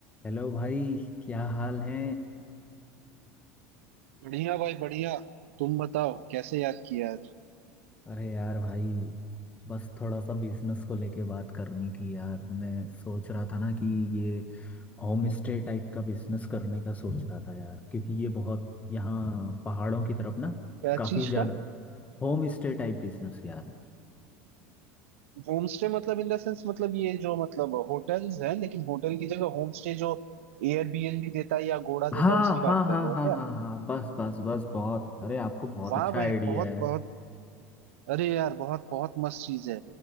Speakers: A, on the left (about 20°); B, on the right (about 80°).
A: हेलो भाई क्या हाल है
B: बढ़िया भाई बढ़िया तुम बताओ कैसे याद किया आज
A: अरे यार भाई बस थोड़ा सा बिजनेस को लेके बात करनी थी यार मैं सोच रहा था ना कि ये होम स्टे टाइप का बिजनेस करने का सोच रहा था यार क्योंकि ये बहुत यहाँ पहाड़ों की तरफ ना
B: क्या
A: काफी
B: चीज
A: ज्यादा
B: का
A: होम स्टे टाइप बिजनेस यार
B: होम स्टे मतलब इन द सेंस मतलब ये जो मतलब होटल्स है लेकिन होटल की जगह होम स्टे जो एयरबीएनबी देता है या गोड़ा
A: हाँ
B: देता है उसकी बात
A: हाँ
B: कर
A: हाँ
B: रहे हो
A: हाँ
B: क्या
A: हाँ हाँ बस बस बस बहुत अरे आपको बहुत
B: वाह
A: अच्छा
B: भाई
A: आइडिया
B: बहुत
A: है
B: बहुत अरे यार बहुत बहुत मस्त चीज है